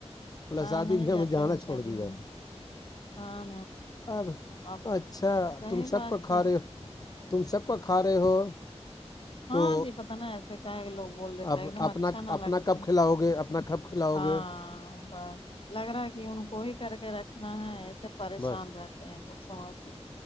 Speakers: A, on the left; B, on the left.
A: پلس
B: ہاں
A: آدھی
B: نہیں
A: بھی
B: جاتے
A: ہمیں جانا
B: ہیں
A: چھوڑ
B: شادی
A: دیا
B: میں ہاں
A: اب
B: اب
A: اچھا
B: صی بات
A: کھا
B: ہے
A: رہے ہو تم سب کا کا رہے ہو
B: ہاں
A: تو
B: جی پت نا ایسے کیا ہے لوگ بول دیتا
A: آپ
B: ایک دم
A: اپنا
B: اچھا نہ
A: اپنا
B: لگتا
A: کب
B: ہے
A: کھلاؤ گے اپنا کب کھلاؤ
B: ہاں
A: گے
B: بس لگ رہا ہے کہ ان کو ہی کر کے رکھنا ہے ایسے پریشان
A: بس
B: رہتے ہیں لوگ سماج میں